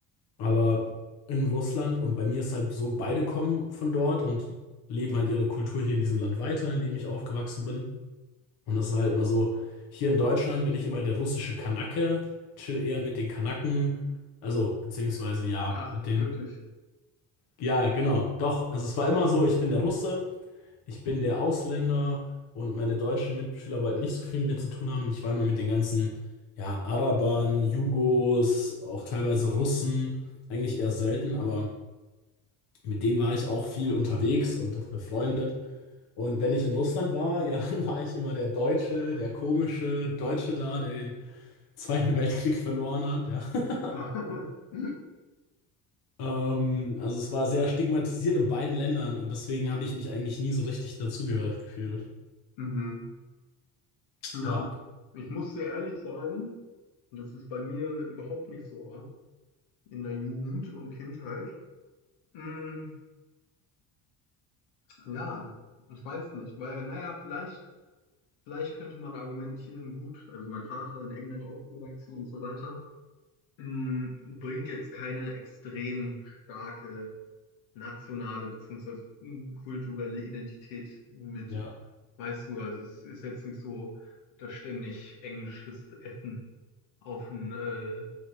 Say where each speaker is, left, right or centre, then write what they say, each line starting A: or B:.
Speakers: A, on the left; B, on the left.
A: aber in Russland und bei mir ist halt so, beide kommen von dort und leben halt ihre Kultur hier in diesem Land weiter, in dem ich aufgewachsen bin. Und das war halt immer so, hier in Deutschland bin ich immer der russische Kanake, chill eher mit den Kanaken, also beziehungsweise ja,
B: Ach,
A: mit den,
B: wirklich.
A: ja, genau, doch, also es war immer so, ich bin der Russe, ich bin der Ausländer und meine deutschen Mitschüler wollten nicht so viel mit mir zu tun haben. Ich war immer mit den ganzen, ja, Arabern, Jugos, auch teilweise Russen, eigentlich eher selten, aber mit denen war ich auch viel unterwegs und befreundet. Und wenn ich in Russland war, ja, <laughs> dann war ich immer der Deutsche, der komische Deutsche da, der den Zweiten <laughs> Weltkrieg verloren hat, ja. <laughs>
B: <laughs>
A: Ähm, also es war sehr stigmatisiert in beiden Ländern und deswegen habe ich mich eigentlich nie so richtig dazugehörig gefühlt.
B: Mhm. Ja,
A: Ja,
B: ich muss dir ehrlich sagen, das ist bei mir überhaupt nicht so ja, in der Jugend und Kindheit. Mm, Ja, ich weiß nicht, weil, naja, vielleicht, vielleicht könnte man argumentieren, gut, also mein Vater in England aufgewachsen und so weiter, mh, bringt jetzt keine extrem starke nationale beziehungsweise kulturelle Identität mit.
A: ja.
B: Weißt du, also es ist jetzt nicht so, dass ständig englisches Essen auf den, äh,